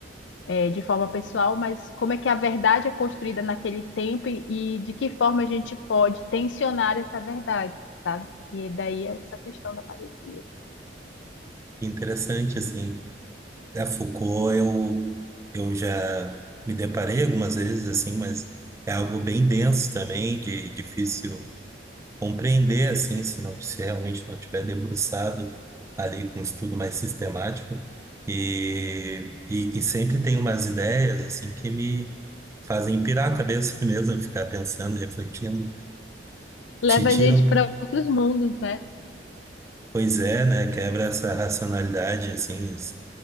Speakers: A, on the left; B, on the right.
A: é, de forma pessoal, mas como é que a verdade é construída naquele tempo e, e de que forma a gente pode tensionar essa verdade, sabe? E daí essa questão da parresia.
B: Interessante, assim. A Foucault, eu, eu já me deparei algumas vezes, assim, mas é algo bem denso também, de, difícil compreender, assim, se não, se realmente não tiver debruçado ali com um estudo mais sistemático. E, e, e sempre tem umas ideias, assim, que me fazem pirar a cabeça <laughs> mesmo, ficar pensando, refletindo,
A: leva
B: te tiram
A: a gente para outros mundos, né?
B: Pois é, né? Quebra essa racionalidade, assim, esse-